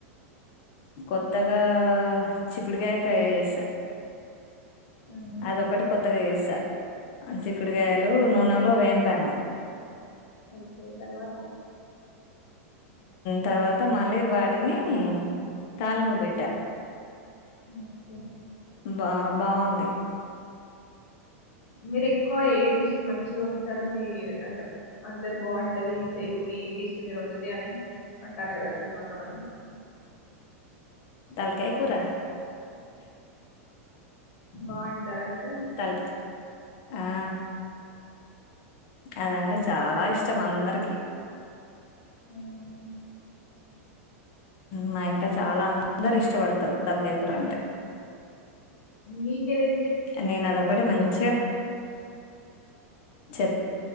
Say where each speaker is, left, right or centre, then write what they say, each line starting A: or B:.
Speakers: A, on the left (about 40°); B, on the left (about 65°).
A: కొత్తగా చిక్కుడుకాయ ఫ్రై చేసా
B: ఉమ్,
A: అదొకటి కొత్తగా చేసా చిక్కుడుకాయలు నూనెలో వేంపాను.
B: ఓకే తర్వాత
A: తర్వాత మళ్ళీ వాటిని తాలింపు పెట్ట
B: ఓకే
A: బా బాగుంది.
B: మీరెక్ ఎక్కవ ఏ డిష్ మంచిగా ఉం స్తారు మీ అంటే అందరు బాగుంటది ఈ చెయ్ ఈ డిష్ మీరు వండుతే అని అంటారు కదా అట్ల కొంతమంది
A: తలకాయ్ కూర
B: బాగొండుతారా మీరు
A: తలక ఆ అదంటే చాలా ఇష్టం అందరికి
B: అవునా
A: మా ఇంట్లో చాలా అందరు ఇష్టపడతారు తలకాయ్ కూరంటే
B: మీకేదెక్
A: నేను అదొకటి మంచిగా చెప్